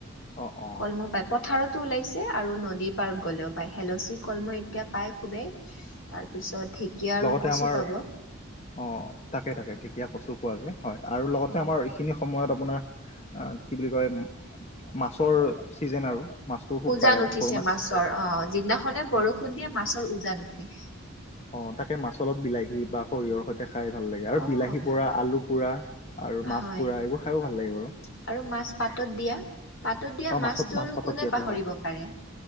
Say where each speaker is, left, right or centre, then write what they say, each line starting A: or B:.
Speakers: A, on the left; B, on the left.
A: অ অ
B: কলমূল পায় পথাৰত। টো ওলাইছে আৰু নদী পাৰত গ'লেও পায় শেলচি কলমূল এতিয়া পাই খুবেই। তাৰপিছত ঢেঁকীয়া আৰু
A: তে
B: কচু
A: আমাৰ,
B: পাব
A: অ তাকে তাকে ঢেঁকীয়া, কচু পোৱা যায় হয় আৰু লগতে
B: অ'
A: আমাৰ এইখিনি সময় সময়ত আপোনাৰ আ কি বুলি কয়? মাছৰ ছিজেন আৰু মাছটোও খুব
B: উজান
A: পায় আৰু
B: উঠিছে
A: সৰু মাছ
B: মাছৰ অ যিদিনাখনে
A: হয়
B: বৰষুণ দিয়ে মাছৰ উজান উঠে।
A: অ তাকে মাছৰ লগত বিলাহী বা সৰিয়হৰ সৈতে খাই ভাল লাগে। আৰু
B: অ'
A: বিলাহী পোৰা আলু পোৰা আৰু মাছ
B: হয়
A: পোৰা এইবোৰ খায়ো ভাল লাগে বাৰু।
B: আৰু মাছ পাতত দিয়া। পাতত দিয়া
A: অ'
B: মাছটো
A: মাছত মাছ
B: আৰু
A: পাতত
B: কোনে
A: দিয়াটো
B: পাহৰিব
A: হয়
B: পাৰে।